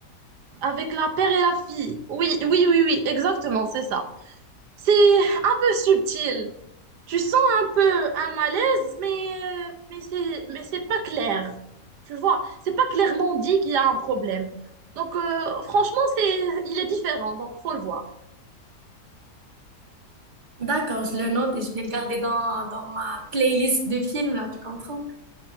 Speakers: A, on the right; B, on the right.
A: Avec la père et la fille. Oui, oui, oui, oui, exactement, c'est ça. C'est un peu subtil. Tu sens un peu un malaise, mais, euh, mais c'est, mais c'est pas clair. Tu vois, c'est pas clairement dit qu'il y a un problème. Donc, euh, franchement, c'est, il est différent, donc faut le voir.
B: D'accord, je le note et je vais le garder dans, dans ma playlist de films, là, tu comprends?